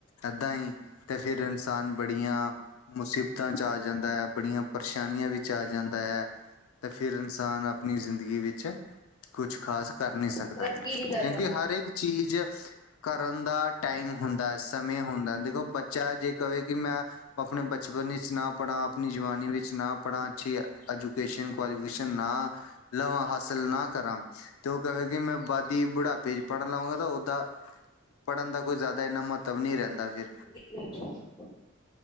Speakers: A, on the left; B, on the left.
A: ਏਦਾਂ ਹੀ ਤੇ ਫਿਰ ਇਨਸਾਨ ਬੜੀਆਂ ਮੁਸੀਬਤਾਂ ਚ ਆ ਜਾਂਦਾ ਹੈ, ਬੜੀਆਂ ਪਰੇਸ਼ਾਨੀਆਂ ਵਿੱਚ ਆ ਜਾਂਦਾ ਹੈ, ਤੇ ਫਿਰ ਇਨਸਾਨ ਆਪਣੀ ਜ਼ਿੰਦਗੀ ਵਿੱਚ ਕੁਛ ਖਾਸ ਕਰ ਨਹੀਂ ਸਕਦਾ,
B: ਤਰੱਕੀ ਨਹੀਂ ਕਰ
A: ਕਿਉਂਕਿ
B: ਪਾਉਂਦਾ
A: ਹਰ ਇੱਕ ਚੀਜ਼ ਕਰਨ ਦਾ ਟਾਈਮ ਹੁੰਦਾ, ਸਮਯ ਹੁੰਦਾ, ਦੇਖੋ ਬੱਚਾ ਜੇ ਕਵੇ ਕਿ ਮੈਂ ਆਪਣੇ ਬਚਪਨ ਵਿੱਚ ਨਾ ਪੜ੍ਹਾ, ਆਪਣੀ ਜਵਾਨੀ ਵਿੱਚ ਨਾ ਪੜ੍ਹਾ, ਅੱਛੀ ਐਜੂਕੇਸ਼ਨ ਕੁਆਲੀਫਿਕੇਸ਼ਨ ਨਾ ਲਵਾਂ, ਹਾਸਿਲ ਨਾ ਕਰਾਂ, ਤੇ ਉਹ ਕਵੇ ਕਿ ਮੈਂ ਬਾਦ ਬੁਢਾਪੇ ਚ ਪੜ੍ਹ ਲਵਾਂਗਾ, ਤਾਂ ਓਦਾਂ ਪੜ੍ਹਨ ਦਾ ਕੋਈ ਜ਼ਿਆਦਾ ਇੰਨਾ ਮਹੱਤਵ ਨਹੀਂ ਰਹਿੰਦਾ ਫਿਰ।
B: <unintelligible>